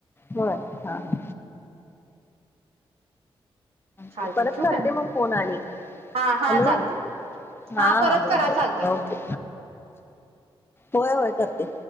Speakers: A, on the left; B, on the right.
A: होय हा हा
B: चालतंय
A: ते परत
B: ठेवू
A: करते
B: काय?
A: मग फोन आणि
B: हा हा
A: हॅलो.
B: चालतंय.
A: हा
B: परत
A: हा बर
B: करा
A: बर
B: चालतंय.
A: के होय होय करते.